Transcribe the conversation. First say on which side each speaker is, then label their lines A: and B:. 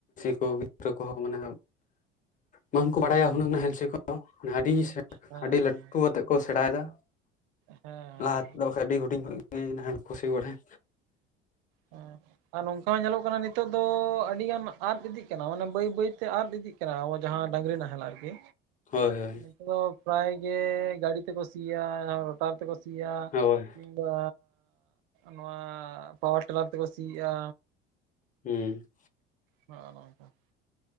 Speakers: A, on the left; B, on the right.
A: ᱠᱚ᱾ ᱜᱤᱫᱽᱨᱟᱹ ᱠᱚᱦᱚᱸ ᱢᱟᱱᱮ ᱵᱟᱝ ᱠᱩ ᱵᱟᱲᱟᱭᱟ ᱦᱩᱱᱳ ᱱᱟᱦᱮᱞ ᱫᱤ ᱠᱚ᱾ ᱟᱹᱰᱤ
B: ᱦᱮᱸ
A: ᱟᱹᱰᱤ ᱞᱟᱹᱴᱩ ᱟᱛᱮᱜ ᱠᱚ ᱥᱮᱬᱟᱭ ᱮᱫᱟ,
B: ᱦᱮᱸ
A: ᱞᱟᱦᱟ ᱛᱮᱫᱚ ᱟᱹᱰᱤ ᱦᱩᱰᱤᱧ ᱠᱷᱚᱱ ᱜᱮ ᱠᱷᱩᱥᱤ ᱵᱟᱲᱮ
B: ᱦᱮ ᱟᱨ ᱱᱚᱝᱠᱟ ᱦᱚᱸ ᱧᱮᱞᱚᱜ ᱠᱟᱱᱟ᱾ ᱱᱤᱛᱚᱜ ᱫᱚ ᱟᱹᱰᱤ ᱜᱟᱱ ᱟᱫᱽ ᱤᱫᱤᱜ ᱠᱟᱱᱟ᱾ ᱵᱟᱹᱭ ᱵᱟᱹᱭ ᱛᱮ ᱟᱫᱽ ᱤᱫᱤᱜ ᱠᱟᱱᱟ᱾ ᱡᱟᱦᱟᱸ ᱰᱟᱹᱝᱜᱽᱨᱤ ᱱᱟᱦᱮᱞ ᱟᱨᱠᱤ᱾
A: ᱦᱳᱭ, ᱦᱳᱭ᱾
B: ᱱᱚ ᱫᱚ ᱯᱨᱟᱭ ᱜᱮ ᱜᱟᱹᱰᱤ ᱛᱮᱠᱚ ᱥᱤᱭᱟ, ᱨᱚᱴᱟᱨ ᱛᱮᱠᱚ ᱥᱤᱭᱟ
A: ᱦᱳᱭ
B: ᱠᱤᱢᱵᱟ ᱱᱚᱶᱟ ᱯᱟᱣᱟᱨ ᱴᱮ᱾ᱞᱟᱨ ᱛᱮᱠᱚ ᱥᱤ ᱟ
A: ᱦᱩᱸ᱾
B: ᱦᱚᱸ ᱚᱱᱟᱠᱟ᱾